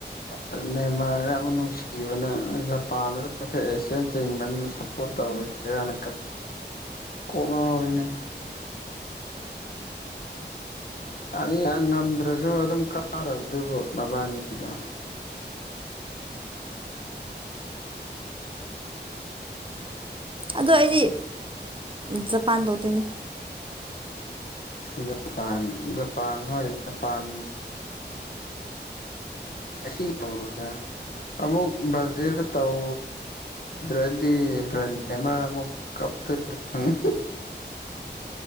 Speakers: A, on the left (about 55°); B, on the right (about 30°).
A: ꯑꯗꯨꯅꯦ ꯃꯥꯔꯛ ꯑꯃꯨꯛ ꯅꯨꯡꯁꯤꯕꯅ ꯖꯄꯥꯟꯗꯈꯁꯤ ꯆꯦꯟ ꯆꯤꯡꯕꯅꯤꯅ ꯁꯞꯄꯣꯔꯠ ꯇꯧꯔꯨꯁꯤꯔꯅ ꯀꯣꯛ ꯉꯥꯎꯔꯤꯅꯦ ꯑꯥ ꯑꯅꯤ ꯉꯝꯗ꯭ꯔꯁꯨ ꯑꯗꯨꯝ ꯀꯥꯔꯕ ꯑꯗꯨꯕꯨ ꯃꯕꯥꯅꯤꯗꯣ
B: ꯑꯗꯣ ꯑꯩꯗꯤ ꯖꯄꯥꯟ ꯇꯧꯗꯣꯏꯅꯦ
A: ꯖꯄꯥꯟ ꯖꯄꯥꯟ ꯍꯣꯏ ꯖꯄꯥꯟ ꯉꯁꯤ ꯇꯧꯔꯁꯤꯔ ꯑꯃꯃꯨꯛ ꯕ꯭ꯔꯥꯖꯤꯜꯗ ꯇꯧ ꯗ꯭ꯔꯗꯤ <unintelligible> ꯃꯥ ꯑꯃꯨꯛ ꯀꯥꯞꯇꯣꯏꯅꯦ ꯈꯪꯉꯦ